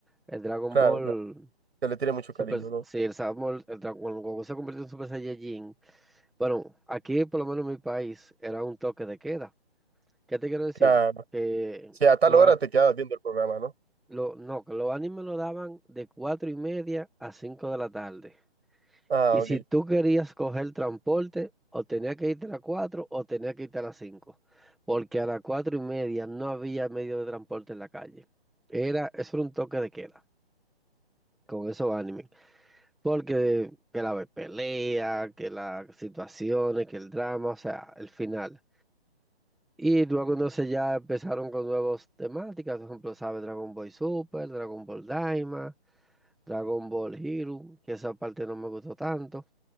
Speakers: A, in the centre; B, on the right.
A: el Dragon
B: Claro,
A: Ball,
B: claro. Se le tiene mucho
A: Super,
B: cariño, ¿no?
A: sí, el Samuel, el Dragon Ball, cuando se convirtió en Super Saiyajin, bueno, aquí por lo menos en mi país era un toque de queda. ¿Qué te quiero decir?
B: Claro.
A: Que
B: Si a tal
A: lo,
B: hora
A: a-
B: te quedas viendo el programa, ¿no?
A: lo, no, que los animes lo daban de cuatro y media a cinco de la tarde.
B: Ah,
A: Y
B: ok.
A: si tú querías coger transporte, o tenía que irte a las 4 o tenía que irte a las 5 porque a las 4 y media no había medio de transporte en la calle. Era, eso era un toque de queda con esos animes, porque que la pelea, que las situaciones, que el drama, o sea, el final. Y luego entonces ya empezaron con nuevas temáticas, por ejemplo, ¿sabes? Dragon Ball Super, Dragon Ball Daima, Dragon Ball Hero, que esa parte no me gustó tanto.